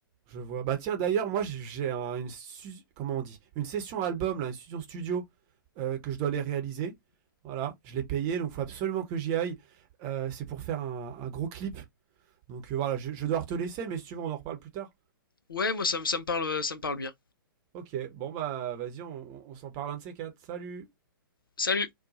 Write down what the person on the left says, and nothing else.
ouais, moi ça me ça me parle ça me parle bien.
Salut.